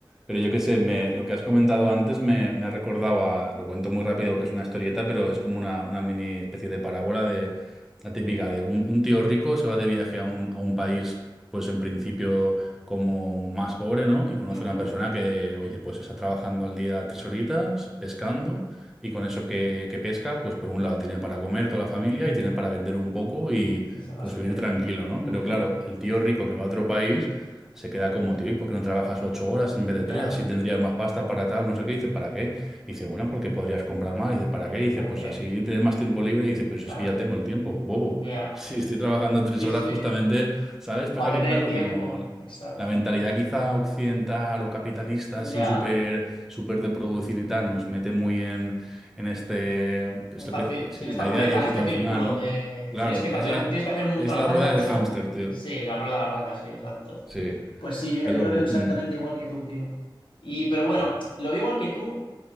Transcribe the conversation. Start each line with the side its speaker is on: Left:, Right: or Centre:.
Centre: Pero yo qué sé, me, lo que has comentado antes me, me ha recordado a, lo cuento muy rápido, que es una historieta, pero es como una, una mini especie de parábola de la típica de un, un tío rico se va de viaje a un, a un país, pues en principio como más pobre, ¿no? Y conoce
Left: Ujú.
Centre: a una persona que, oye, pues está trabajando al día tres horitas, pescando, y con eso que, que pesca, pues por un lado tiene para comer toda la familia y tiene para vender un poco y
Left: Y sacar
Centre: pues
Left: su
Centre: vivir
Left: dinerito.
Centre: tranquilo, ¿no?
Left: Ujú.
Centre: Pero claro, el tío rico que va a otro país se queda como, tío, ¿y por qué no trabajas ocho horas en vez de tres?
Left: Ya,
Centre: Así tendrías más pasta para tal, no sé qué. Dice, ¿para qué? Dice, bueno, porque podrías comprar más. Dice, ¿para qué? Dice,
Left: ¿para
Centre: pues
Left: qué?
Centre: así tienes más tiempo libre. Dice, pues
Left: Claro,
Centre: es que ya tengo el tiempo, bobo.
Left: ya.
Centre: <laughs> Si estoy trabajando tres
Left: Sí,
Centre: horas
Left: sí.
Centre: justamente, ¿sabes? Pasa
Left: Para
Centre: que,
Left: tener
Centre: claro,
Left: el tiempo.
Centre: como...
Left: Exacto.
Centre: La mentalidad quizá occidental o capitalista,
Left: Ya.
Centre: así súper súper de producir y tal, nos mete muy en, en este, pues
Left: En esta,
Centre: lo que,
Left: ci-
Centre: sí,
Left: en esta
Centre: la
Left: ruleta,
Centre: idea de éxito
Left: en este
Centre: al
Left: círculo
Centre: final, ¿no?
Left: de
Centre: Claro,
Left: tienes que hacer,
Centre: es la,
Left: tienes que hacer mu-
Centre: es
Left: trabajar
Centre: la rueda
Left: mucho.
Centre: del hámster, tío.
Left: Sí, la rueda de la rata, sí, exacto.
Centre: Sí,
Left: Pues sí, mira,
Centre: pero,
Left: yo lo veo exactamente
Centre: mm,
Left: igual que tú, tío. Y, pero bueno,
Centre: pero,
Left: lo veo igual que tú,